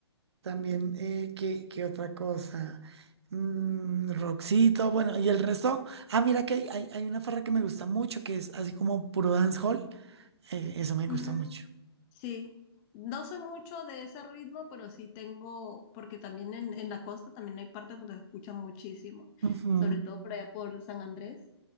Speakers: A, on the right; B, on the left.
A: También, eh, ¿qué, qué otra cosa? Mm, Roxito, bueno, y el resto. Ah, mira que hay, hay, hay una farra que me gusta mucho, que es así como puro dancehall. Eh, eso me
B: Mm,
A: gusta mucho.
B: sí, no soy mucho de ese ritmo, pero sí tengo, porque también en, en la costa también hay partes donde se escucha muchísimo,
A: Ujú.
B: sobre todo por allá por San Andrés.